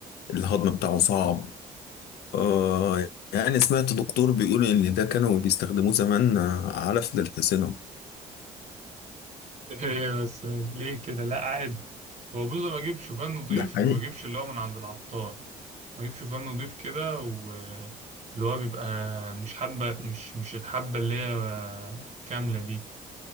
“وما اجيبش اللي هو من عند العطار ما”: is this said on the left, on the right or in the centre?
Right